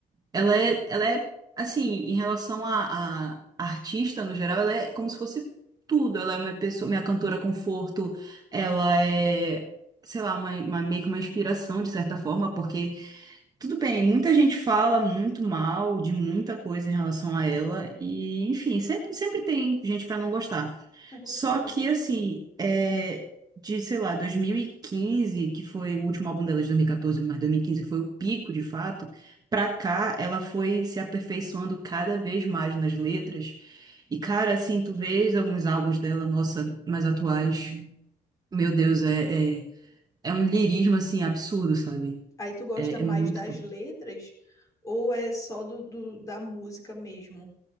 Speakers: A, on the right; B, on the left.
A: Ela é, ela é assim, em relação a, a artista no geral, ela é como se fosse tudo. Ela é minha pessoa, minha cantora conforto, ela é, sei lá, uma, uma- meio que uma inspiração de certa forma, porque tudo bem, muita gente fala muito mal de muita coisa em relação a ela, e enfim, sempre, sempre tem gente pra não gostar.
B: Ah, com
A: Só
B: certeza.
A: que, assim, é, de sei lá, 2015, que foi o último álbum dela de 2014, mas 2015 foi o pico de fato, pra cá ela foi se aperfeiçoando cada vez mais nas letras. E, cara, assim, tu vês alguns álbuns dela, nossa, mais atuais, meu Deus, é, é, é um lirismo, assim, absurdo, sabe?
B: Aí tu gosta
A: é
B: mais
A: é muito
B: das
A: bom.
B: letras ou é só do, do- da música mesmo?